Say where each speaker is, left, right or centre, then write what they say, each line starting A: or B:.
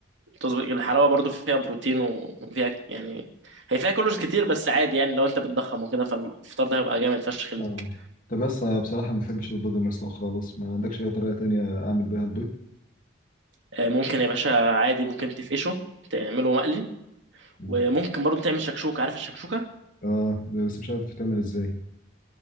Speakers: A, on the right; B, on the left.
A: تظبط الحلاوة برضو فيها بروتين وفيها يعني هي فيها كالوريز كتير بس عادي يعني لو أنت بتضخم وكده فالفطار ده هيبقى جامد فشخ ليك
B: اه طب بس أنا بصراحه ما بحبش البيض المسلوق خالص ما عندكش اي طريقه تانية اعمل بيها البيض
A: آه، ممكن يا باشا عادي ممكن تفقشه تعمله مقلي
B: مم.
A: وممكن برضو تعمل شكشوكة عارف الشكشوكة
B: اه بس مش عارف بتتعمل ازاي